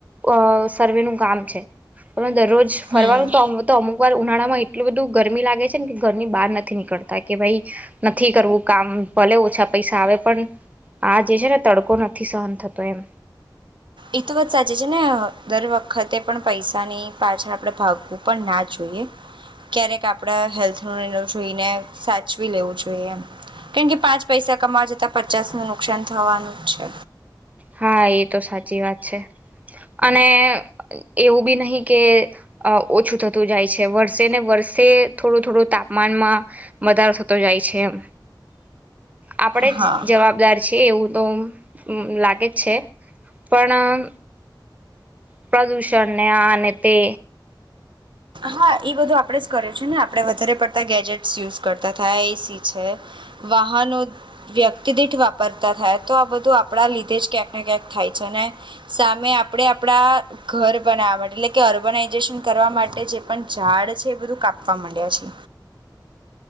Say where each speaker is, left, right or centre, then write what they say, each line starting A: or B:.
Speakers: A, on the right; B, on the right.
A: અ સર્વે નું કામ છે પણ દરરોજ
B: હમ
A: ફરવાનું તો તો અમુક વાર ઉનાળામા એટલું બધું ગરમી લાગે છે ને કે ગરમની બહાર નથી નીકળતા કે ભાઈ નથી કરવું કામ ભલે ઓછા પૈસા આવે પણ આ જે છે ને તડકો નથી સહન થતો એમ
B: એ તો વાત સાચી છેને, દર વખતે પણ પૈસા ની પાછળ આપડે ભાગ પણ ના જોઈએ ક્યારેક કે આપણા હેલ્થનો લણ જોઈને સાચવી લેવું જોઈએ એમ કેણ કે પાંચ પૈસા કમા જતા પચાસ નું નુકસાન થવાનું છે.
A: હા એ તો સાચી વાત છે, અને એવું બી નહ કે અ ઓછું થતું જાય છે, વર્ષે ને વર્ષે થોડુ થોડુ તાપમાનમાં વધારો થતો જાય છે, એમ આપડે
B: હા
A: જ જવાબદાર છે, એવું તો લાગ છે પણ પ્રદુષણને અને તે
B: હા એ બધું આપડે જ કર્યું છેને, આપડણે વધારે પડતા ગેજેટ યુઝ કરતા થાય એસી છે વાહનો વ્યક્તિ દીઠ વાપ પરતા થાય તો આ બધું આપણા લીધે જ ક્યાંક ને ક્યાંક થાય છેને. સામે આપડે આપડા ઘર બનાવવા માટે એટલે કે ઓર્બનાઈઝેશન કરવા માટે જે પણ ઝાડ છે એ બધું કાપવા માંડ્યા છે.